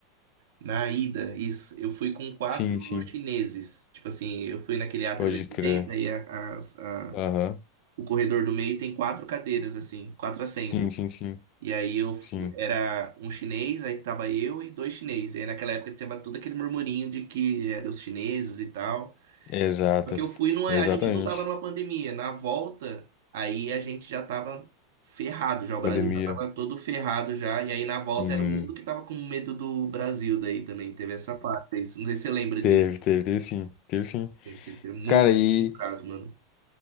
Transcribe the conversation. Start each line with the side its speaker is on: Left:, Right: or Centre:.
Right: Na ida, isso. Eu fui com quatro
Left: sim, sim.
Right: chineses. Tipo assim, eu fui naquele A380
Left: Pode crer.
Right: e oitenta e a- as- a-
Left: Aham.
Right: o corredor do meio tem quatro cadeiras, assim, quatro assentos.
Left: Sim, sim, sim.
Right: E aí eu fu-
Left: Sim.
Right: era um chinês, aí tava eu e dois chineses. E aí naquela época tinha todo aquele murmurinho de que eram os chineses e tal.
Left: Exatas.
Right: Porque eu fui, não
Left: Exatamente.
Right: é, a gente não tava numa pandemia. Na volta, aí a gente já tava ferrado já, o Brasil
Left: Pandemia.
Right: já tava todo ferrado já. E aí na volta
Left: Sim.
Right: era o mundo que tava com medo do Brasil daí também. Teve essa parte aí. Não sei se você lembra
Left: Teve,
Right: disso,
Left: teve, teve sim. Teve sim.
Right: gente. Teve muito,
Left: Cara, e.
Right: muito caso, mano.